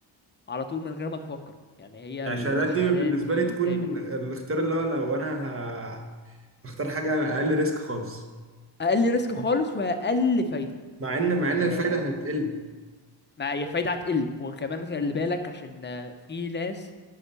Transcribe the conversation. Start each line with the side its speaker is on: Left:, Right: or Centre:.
Left: على طول من غير ما تفكر يعني هي
Right: يعني
Left: ال-
Right: الشهادات
Left: الشهادات
Right: دي بالنسبة
Left: دي
Right: لي تكون
Left: دايما
Right: الاختيار اللي هو لو انا ه- هختار حاجة اقل ريسك خالص
Left: اقل ريسك خالص واقل فايدة
Right: مع ان مع
Left: يعني
Right: ان الفايده
Left: آه،
Right: هتقل
Left: ما هي فايدة هتقل وكمان خلي بالك عشان آه، في ناس